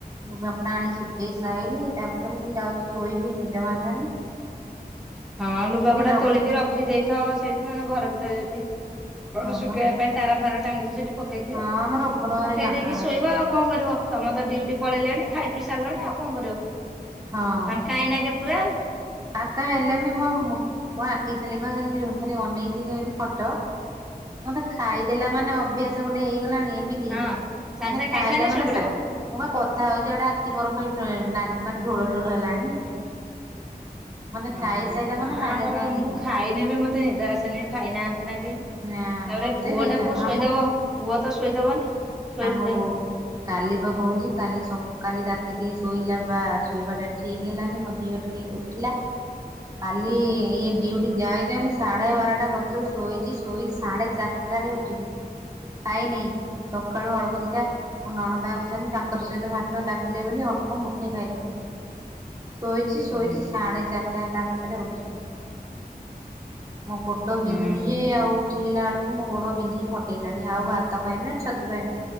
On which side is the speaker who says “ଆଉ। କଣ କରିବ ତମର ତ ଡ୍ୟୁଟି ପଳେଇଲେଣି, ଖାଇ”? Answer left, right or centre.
Centre